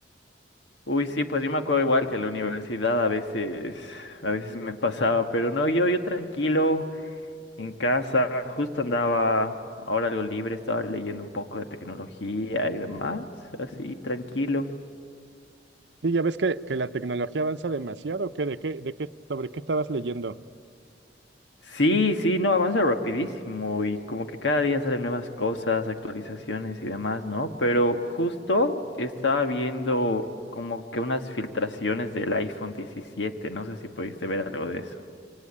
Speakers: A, on the left; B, on the right.
A: Uy, sí, pues yo me acuerdo igual que en la universidad a veces, a veces me pasaba, pero no, yo, yo tranquilo, en casa, justo andaba, ahora algo libre, estaba leyendo un poco de tecnología y demás, así tranquilo.
B: Sí, ya ves que, que la tecnología avanza demasiado, ¿o ¿qué? ¿De qué, de qué, sobre qué estabas leyendo?
A: Sí, sí, no, avanza rapidísimo y como que cada día salen nuevas cosas, actualizaciones y demás, ¿no? Pero justo estaba viendo como que unas filtraciones del iPhone 17, no sé si pudiste ver algo de eso.